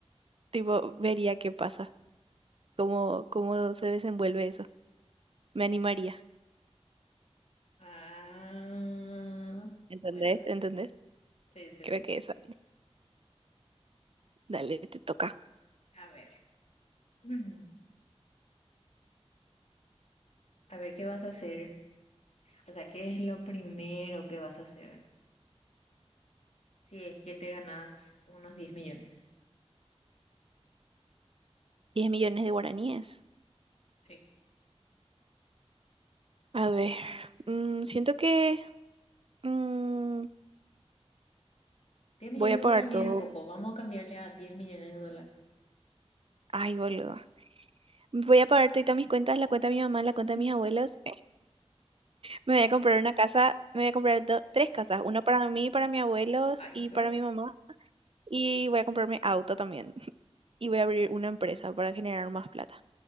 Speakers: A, on the right; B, on the left.
A: tipo vería qué pasa, cómo cómo se desenvuelve eso. Me animaría,
B: ah,
A: ¿entendés?
B: bueno,
A: ¿Entendés?
B: sí, sí,
A: Creo
B: sí.
A: que eso. Dale, te toca.
B: A ver, Mm. a ver qué vas a hacer. O sea, ¿qué es lo primero que vas a hacer si es que te ganas unos diez millones?
A: Diez millones de guaraníes.
B: Sí.
A: A ver, mm, siento que mm,
B: diez millones
A: voy a pagar
B: de guaraníes
A: todo.
B: es poco, vamos a cambiarle a diez millones de dólares.
A: Ay, boludo. Voy a pagar todas mis cuentas, la cuenta de mi mamá, la cuenta
B: <laughs>
A: de mis abuelos Me voy a comprar una casa, me voy a comprar do- tres casas, una para mí, para mis abuelos
B: Ay,
A: y
B: güey.
A: para mi mamá. Y voy a comprarme auto también. <laughs> Y voy a abrir una empresa para generar más plata.